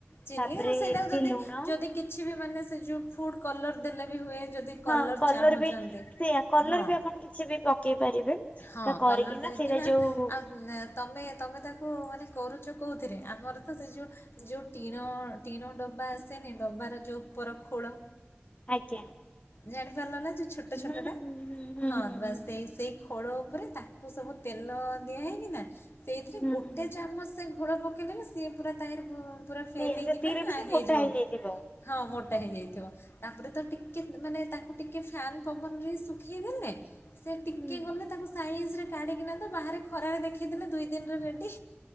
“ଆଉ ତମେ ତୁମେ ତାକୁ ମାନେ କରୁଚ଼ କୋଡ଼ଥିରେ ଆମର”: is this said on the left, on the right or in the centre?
Left